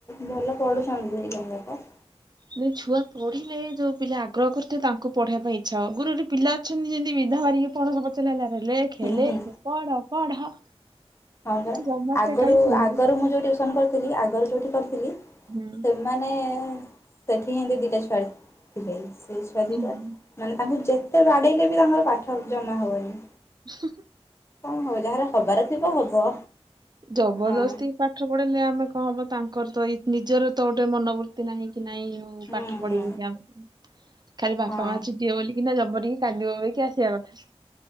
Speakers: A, on the left (about 25°); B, on the right (about 40°).
A: ଭଲ ପଢ଼ୁଛନ୍ତି ଦିଇ ଜଣଙ୍କ।
B: ଯେ ଛୁଆ ପଢିଲେ ଯୋଉ ପିଲା ଆଗ୍ରହ କରିଥାବେ ତାଙ୍କୁ ପଢେଇବା ପାଇଁ ଇଚ୍ଛା ହବ୍। ଗୁରୁ ଗୋଟେ ପିଲା ଅଛନ୍ତି <unintelligible> ପଣସ ପଚ ନଲେ ଖେଲେ
A: ହୁଁ ହୁଁ
B: କି ପଢ ପଢ
A: ହଁ ପରା
B: ଜମା
A: ଆଗରୁ
B: ସେ କାହିଁ ଶୁଣିବେ
A: ଆଗରୁ ମୁଁ ଯୋଉ ଟିଉସନ କରିଥିଲି ଆଗରୁ ଯୋଉଠି କରିଥିଲି ସେ
B: ହୁଁ
A: ମାନେ ସେଠି ହିଁ ଦୁଇଟା ଛୁଆ ଥିଲେ ସେ ଛୁଆ ଦୁଇଟା
B: ହୁଁ
A: ମାନେ ତାଙ୍କୁ ଯେତେ ବାଡ଼େଇଲେ ବି ତାଙ୍କର ପାଠ ଜମା ହବନି।
B: ହୁଁ।
A: କଣ ହବ ଯାହାର ହବାର ଥିବ ହବ।
B: ଜବରଦସ୍ତି
A: ହଁ
B: ପାଠ ପଢିଲେ ଆମେ କଣ ହବ ତାଙ୍କର ତ ଏଇ ନିଜର ତ ଗୋଟେ ମନ ନାହିଁ କି ନାଇଁ
A: ହୁଁ
B: ପାଠ ପଢ଼ିବୁ
A: ହୁଁ
B: କି ଆମେ ଖାଲି ବାପା
A: ହଁ
B: ମା ଚିଟିଏ ବୋିକିନା ଜମରିକି କାନ୍ଦିବ ବକି ଆସିବା କଥା।